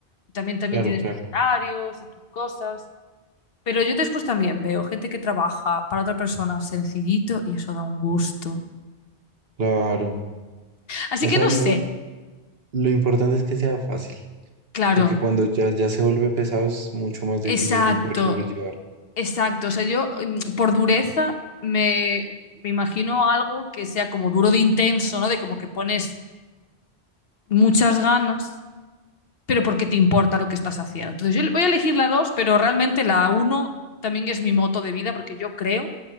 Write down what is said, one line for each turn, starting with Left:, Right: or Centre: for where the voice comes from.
Left: Y también, también
Right: claro,
Left: tienes
Right: claro,
Left: tus horarios y tus cosas. Pero yo después también veo gente que trabaja para otra persona sencillito y eso da un gusto.
Right: claro.
Left: Así
Right: O
Left: que
Right: sea,
Left: no
Right: lo,
Left: sé,
Right: lo importante es que sea fácil,
Left: claro.
Right: porque cuando ya, ya se vuelve pesado es mucho más difícil
Left: Exacto,
Right: de poder sobrellevar.
Left: exacto. O sea, yo mm, por dureza me, me imagino algo que sea como duro de intenso, ¿no? De como que pones muchas ganas, pero porque te importa lo que estás haciendo. Entonces, yo voy a elegir la 2, pero realmente la uno también es mi moto de vida porque yo creo